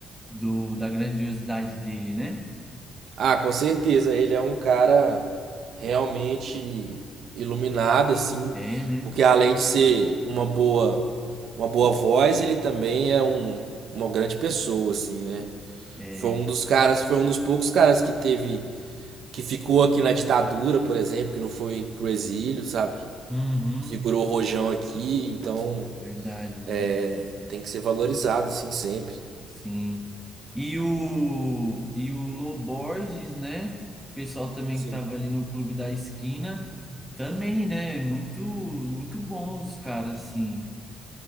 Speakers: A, in the centre; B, on the right.
A: do, da grandiosidade dele, né?
B: Ah, com certeza, ele é um cara realmente iluminado, assim,
A: É, né?
B: porque além de ser uma boa, uma boa voz, ele também é um, uma grande pessoa, assim, né?
A: É,
B: Foi um dos caras, foi um dos poucos caras que teve, que ficou aqui na ditadura, por exemplo, que não foi pro exílio, sabe?
A: uhum,
B: Segurou o rojão aqui, então
A: verdade, né?
B: é, tem que ser valorizado, assim, sempre.
A: Sim. E o, e o Lô Borges, né? O pessoal também
B: Sim.
A: que tava ali no Clube da Esquina, também, né? Muito, muito bons os caras, assim.